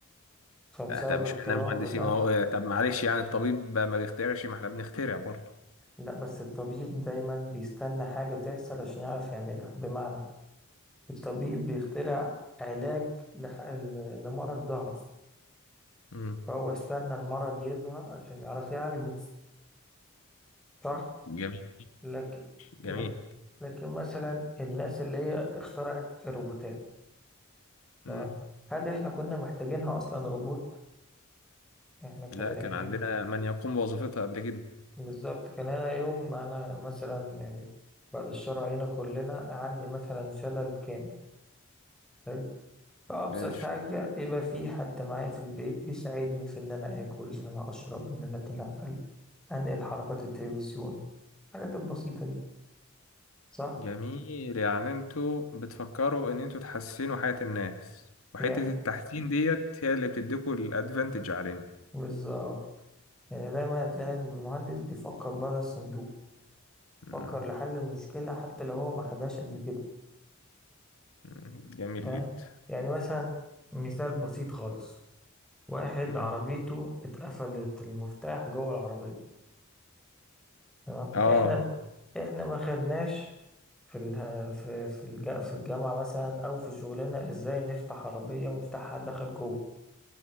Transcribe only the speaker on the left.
لا طب مش
معنى المهندسين
اهو طب معلش يعني الطبيب ما بيخترعش ما احنا بنخترع برضه
امم
جميل
جميل
امم
لا كان
عندنا من يقوم بوظيفتها قبل
كده
جميل يعني انتوا بتفكروا ان انتوا تحسنوا حياة الناس وحتة
التحسين ديت هي اللي بتديكوا الادفانتج علينا
مم.
مم. جميل
جدا
مم.
اه